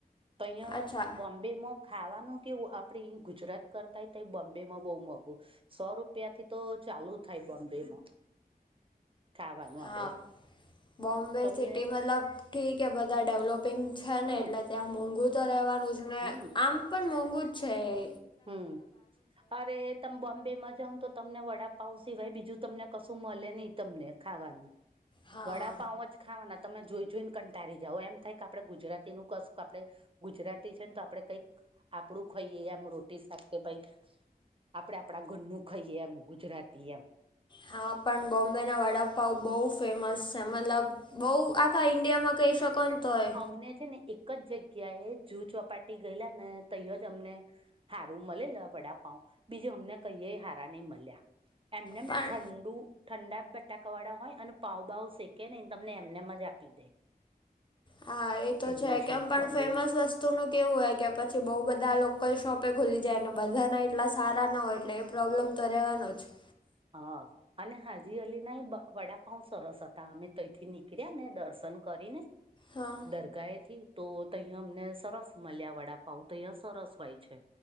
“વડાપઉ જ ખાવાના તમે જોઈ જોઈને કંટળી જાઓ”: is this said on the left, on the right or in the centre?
Right